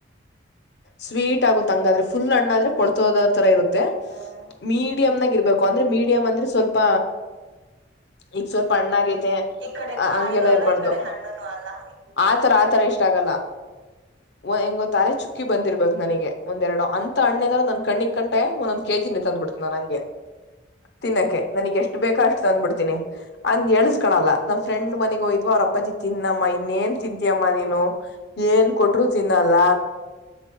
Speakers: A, on the left (about 60°); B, on the right (about 85°).
A: ಸ್ವೀಟ್ ಆಗುತ್ತೆ ಅಂಗಾದ್ರೆ ಫುಲ್ ಅಣ್ಣಾದ್ರೆ ಕೊಳ್ತೋದ ತರ ಇರುತ್ತೆ.
B: ಹ್ಮ್
A: ಮೀಡಿಯಂ್ನಾಗ ಇರ್ಬೇಕು ಅಂದ್ರೆ ಮೀಡಿಯಂ್ ಅಂದ್ರೆ ಸ್ವಲ್ಪ. ಈ ಸ್ವಲ್ಪ ಹಣ್ಣಾ ಆಗೈತೆ
B: ಈ ಕಡೆ ಕಾಯಿನೂ
A: ಹಂಗೆಲ್ಲ
B: ಅಲ್ಲ
A: ಇರ್ಬಾರ್ದು.
B: ಈ ಕಡೆ ಹಣ್ಣುನು ಅಲ್ಲ ಹಂಗೆ
A: ಆತರ ಆತರ ಎಷ್ಟಾಗಲ್ಲ. ಹೆಂಗೊತ್ತಾಲೆ ಚುಕ್ಕಿ ಬಂದಿರ್ಬೇಕಕ್ ನನಗೆ ಒಂದೆರಡು ಅಂತ ಅಣ್ಣಂದ ನನ್ ಕ್ಣಗ್ ಕಂಟೆ ಕೆ ಜಿನೆ ತಂದ್ಬಿಡ್ತನ ನಂಗೆ. ತಿನ್ನಕ್ಕೆ ನನಗ್ ಎಷ್ಟು ಬೇಕಾ ಅಷ್ಟು ತಂದ್ಬಿಡ್ತೀನಿ ಅಂಗ ಹೇಳಸ್ಕಳಲ್ಲ ನಮ್ಮ ಫ್ರೆಂಡ್ ಮನೆಗ್ೋಯ್ವ ಅವ್ರ ಅಪ್ಪಜಿ ತಿನ್ನಮ್ಮ ಇನ್ನೇನ್ ತಂತಿಯಮ್ಮ ನೀನು ಏನ್ ಕೊಟ್ರು ತಿನ್ನಲ್ಲ.